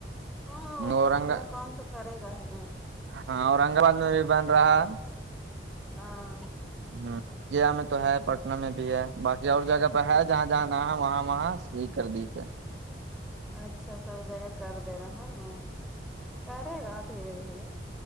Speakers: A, in the centre; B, on the right.
A: ہاں
B: ہے اورنگ
A: اپنا کام تو کرے گا ہی نا
B: ہاں اورنگ آباد میں بھی بن رہا ہے
A: ہاں
B: ہاں ضیا میں تو ہے پٹنہ میں بھی ہے باقی اور جگہ پہ ہے جہاں جہاں نہ ہے وہاں وہاں سیک کر دی سے ہے
A: اچھا سب جگہ کر دے رہا ہے نا کرے گا دھیرے دھیرے